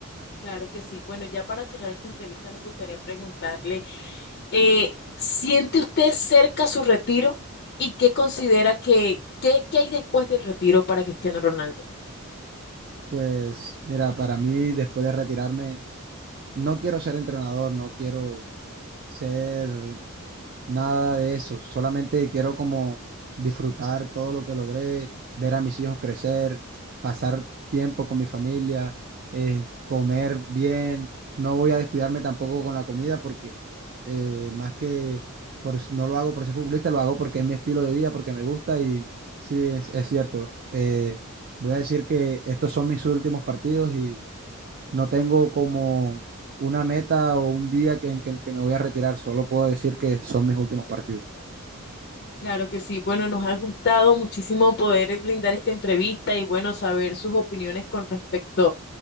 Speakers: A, on the left (about 50°); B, on the right (about 45°).
A: Claro que sí. Bueno, ya para cerrar esta entrevista nos gustaría preguntarle, eh, ¿siente usted cerca su retiro y qué considera que, qué, qué hay después del retiro para Cristiano Ronaldo?
B: Pues mira, para mí después de retirarme, no quiero ser entrenador, no quiero ser nada de eso. Solamente quiero como disfrutar todo lo que logré, ver a mis hijos crecer, pasar tiempo con mi familia, eh, comer bien. No voy a descuidarme tampoco con la comida porque eh, más que por, no lo hago por ser futbolista, lo hago porque es mi estilo de vida, porque me gusta y sí, es, es cierto. Eh, voy a decir que estos son mis últimos partidos y no tengo como una meta o un día que, en que- en que me voy a retirar, solo puedo decir que son mis últimos partidos.
A: Claro que sí. Bueno, nos ha gustado muchísimo poder brindar esta entrevista y bueno, saber sus opiniones con respecto